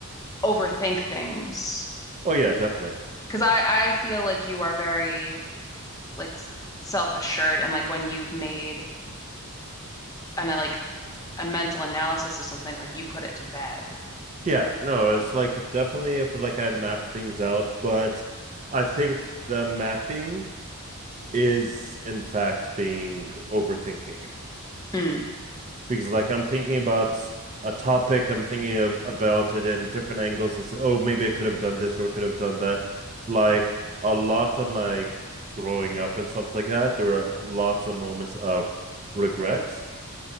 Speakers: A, on the left; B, on the right.
A: overthink things?
B: Oh yeah, definitely.
A: Because I I feel like you are very like self-assured and like when you've made an uh, like a mental analysis of something, like you put it to bed.
B: Yeah, no, it's like definitely if like I map things out, but I think the mapping is in fact being overthinking
A: Hmm.
B: because like I'm thinking about a topic, I'm thinking of, about it in different angles. It's like, oh, maybe I could have done this or could have done that. Like a lot of my growing up and stuff like that, there were lots of moments of regret